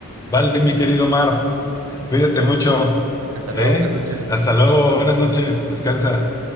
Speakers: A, on the left; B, on the right.
A: Vale, mi querido Mar, cuídate mucho,
B: Hasta
A: ¿eh?
B: luego, buenas noches.
A: Hasta luego, buenas noches, descansa.